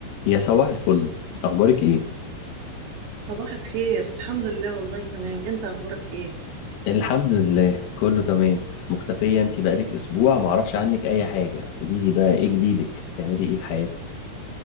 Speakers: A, on the left; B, on the right.
A: يا صباح الفل اخبارك ايه
B: صباح الخير الحمد لله والله تمام انت اخبارك ايه
A: الحمد لله كله تمام مختفية انت بقالك اسبوع معرفش عنك اي حاجة قوليلي بقى ايه جديدك بتعملي ايه في حياتك